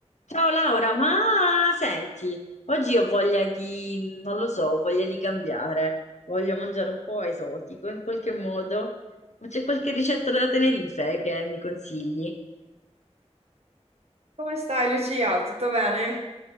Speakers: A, on the left; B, on the right.
A: Ciao Laura, ma senti, oggi ho voglia di, non lo so, ho voglia di cambiare, voglio mangiare un po' esotico in qualche modo, ma c'è qualche ricetta da Tenerife che mi consigli?
B: Come stai Lucia? Tutto bene?